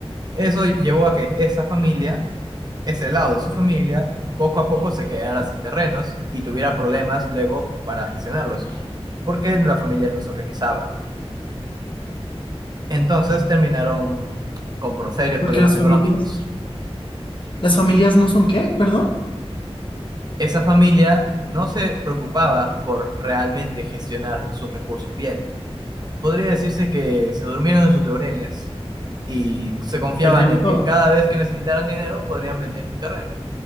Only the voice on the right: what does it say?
Eso llevó a que esa familia, ese lado de su familia, poco a poco se quedara sin terrenos y tuviera problemas luego para gestionarlos, porque la familia no se organizaba. Entonces terminaron con pro- serios
problemas
económicos.
Esa familia no se preocupaba por realmente gestionar sus recursos bien. Podría decirse que se durmieron en sus laureles y se confiaban
en
que cada vez que necesitaran dinero podrían vender un terreno.